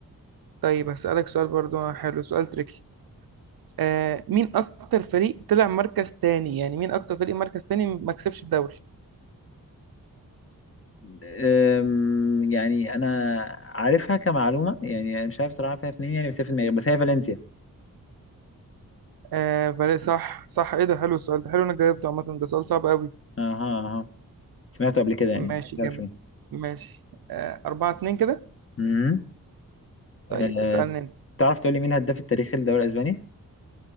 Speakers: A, on the right; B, on the left.
A: طيب هسألك سؤال برضو حلو سؤال تريكي آه مين اكتر فريق طلع مركز تاني يعني مين اكتر فريق مركز تاني ما كسبش الدوري
B: أم، يعني انا عارفها كمعلومه يعني انا مش عارف صراحه فيها فين يعني بس هي في دماغي بس هي فالنسيا
A: آه بلا صح صح ايه ده حلو السؤال ده حلو انا جاوبته عامه ده سؤال صعب قوي
B: اها اها سمعته قبل كده يعني
A: ماشي
B: بس مش
A: جامد
B: عارف فين
A: ماشي آه أربعة اتنين كده
B: مهم. أه
A: طيب اسألني انت
B: تعرف تقول لي مين الهداف التاريخي للدوري الاسباني